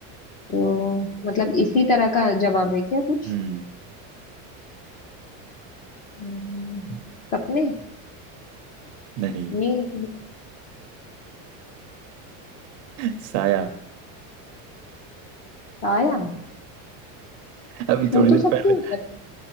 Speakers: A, on the left (about 20°); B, on the right (about 50°).
A: तो मतलब इसी तरह का जवाब है क्या कुछ
B: हम्म
A: हम्म, सपने
B: नहीं
A: नींद
B: साया
A: आया
B: अभी
A: छू
B: थोड़ी देर
A: तो सकती
B: पहले
A: हूँ पर